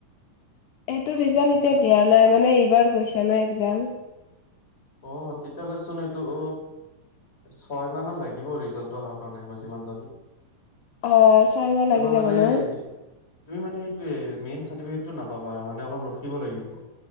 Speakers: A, on the left (about 70°); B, on the left (about 25°).
A: এইটো ৰিজাল্ট এতিয়া দিয়া নাই মানে এইবাৰ গৈছে ন একজাম
B: অ তেতিয়াহলে চোন এইটো অ ছয় মাহ মান লাগিব ৰিজাল্টটো অহাৰ কাৰণে মই যিমান জানো
A: অ ছয়মাহ লাগি
B: তোমাৰ
A: যাব
B: মানে
A: ন
B: তুমি মানে সেইটোৱেই মেইন চাৰ্টিফিকেট টো নাপাবা মানে অলপ ৰখিব লাগিব